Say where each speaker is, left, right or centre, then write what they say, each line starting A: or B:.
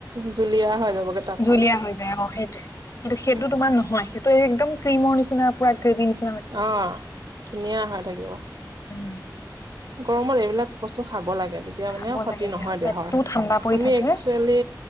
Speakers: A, on the right; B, on the left.
A: জুলীয়া হৈ যাবগে তাপ
B: জুলিয়া
A: পালে
B: হৈ যায় অঁ সেইটোয়ে। কিন্তু সেইটো
A: উম
B: তোমাৰ নহয়, সেইটো একদম ক্ৰীমৰ নিচিনা পুৰা গ্ৰেভি নিচি
A: অহঁ ধুনীয়া হৈ থাকিব।
B: উম।
A: গৰমত এইবিলাক বস্তু খাব লাগে, তেতিয়া
B: খাব
A: মানে ক্ষতি
B: লাগে
A: নহয়
B: দিয়া
A: দেহৰ
B: পেটটোও
A: ন।
B: ঠাণ্ডা পৰি
A: আমি
B: থাকে
A: এক্সুৱেল মি